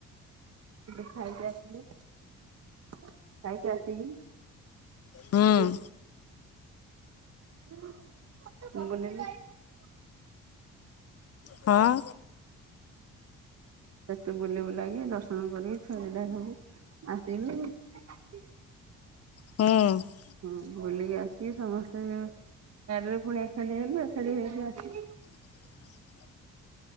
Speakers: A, on the right; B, on the left.
A: ଟିକେ ଖାଇକି ଆସିଲୁ, ଖାଇକି ଆସିକି
B: ହଁ
A: ହ <unintelligible>
B: ହଁ।
A: ସେଠି ବୁଲି ବୁଲାକି ଦର୍ଶନ କରିକି ଛୁଆପିଲା ସବୁ ଆସିଲୁ।
B: ହଁ।
A: ହୁଁ ବୁଲିକି ଆସି ସମସ୍ତେ ଗାଡ଼ିରେ ପୁଣି ଏକାଠି ହେଲୁ, ଏକାଠି ହେଇ ଆସ
B: <inaudible>